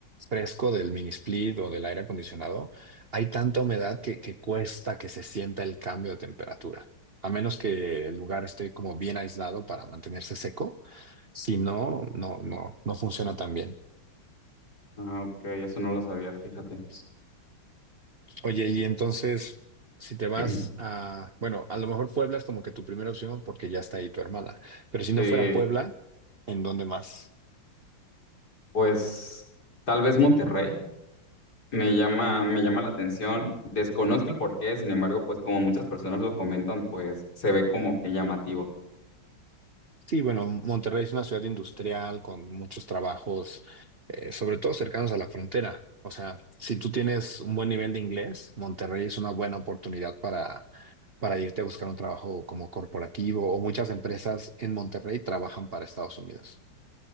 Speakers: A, on the right; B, on the left.
A: fresco del mini split o del aire acondicionado, hay tanta humedad que, que cuesta que se sienta el cambio de temperatura. A menos que el lugar esté como bien aislado para mantenerse seco. Si no, no, no, no funciona tan bien.
B: Ah, ok, eso no lo sabía, fíjate.
A: Oye, y entonces, si te vas
B: <clears throat>
A: a, bueno, a lo mejor Puebla es como que tu primera opción porque ya está ahí tu hermana, pero si no
B: Sí,
A: fuera Puebla, ¿en dónde más?
B: pues tal vez Monterrey me llama, me llama la atención. Desconozco el porqué, sin embargo, pues como muchas personas lo comentan, pues se ve como que llamativo.
A: Sí, bueno, Monterrey es una ciudad industrial con muchos trabajos, eh, sobre todo cercanos a la frontera. O sea, si tú tienes un buen nivel de inglés, Monterrey es una buena oportunidad para, para irte a buscar un trabajo como corporativo o muchas empresas en Monterrey trabajan para Estados Unidos.